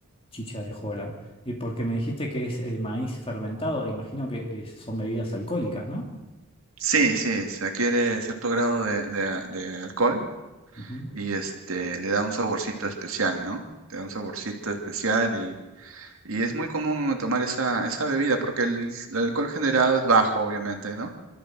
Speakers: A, on the left; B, on the right.
A: chicha de jora. Y porque me dijiste que es eh, maíz fermentado, imagino que eh, son bebidas alcohólicas, ¿no?
B: Sí, sí, se adquiere cierto grado de, de- de alcohol
A: Ujú,
B: y este, le da un saborcito especial, ¿no? Te da un saborcito especial y, y es muy común tomar esa, esa bebida porque el, el alcohol generado es bajo, obviamente, ¿no?